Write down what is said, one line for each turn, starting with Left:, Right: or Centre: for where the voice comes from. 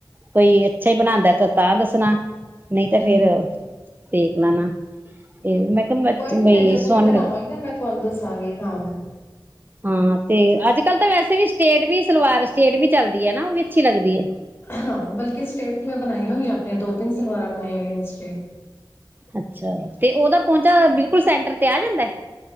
Right: ਕੋਈ ਅੱਛਾ ਹੀ ਬਣਾਦਾ ਤੇ ਤਾਂ ਦੱਸਣਾ। ਨਹੀਂ ਤਾਂ
Left: ਹੂੰ-ਹੂੰ
Right: ਫੇਰ ਦੇਖ ਲੈਣਾ, ਤੇ ਮੈਂ ਕਿਹਾ
Left: ਕੋਈ ਨੀ ਮੈਂ ਜਦੋਂ
Right: ਸੋਣ
Left: ਵੀ ਬਣਾਵਾਂਗੀ ਨਾ ਮੈਂ ਤੁਹਾਨੂੰ ਦੱਸਾਂਗੀ ਹਾਂ।
Right: ਹਾਂ, ਤੇ ਅੱਜ ਕੱਲ ਤਾਂ ਵੈਸੇ ਵੀ ਸਟੇ ਵੀ ਸਲਵਾਰ ਸਟੇਟ ਵੀ ਚੱਲਦੀ ਹੈ, ਨਾ ਉਹ ਵੀ ਅੱਛੀ ਲੱਗਦੀ ਹੈ।
Left: ਹਾਂ ਬਲਕਿ ਸਟੇਟ ਤੋਂ ਮੈਂ ਬਣਾਈ ਹੋਈ, ਆਪਣੀਆਂ ਦੋ ਤਿੰਨ ਸਲਵਾਰਾਂ ਬਣਾਈਆਂ ਹੋਈਆਂ ਸਟੇਟ।
Right: ਅੱਛਾ ਤੇ ਉਹਦਾ, ਪਹੁੰਚਾ ਬਿਲਕੁਲ ਸੈਂਟਰ ਤੇ ਆ ਜਾਂਦਾ।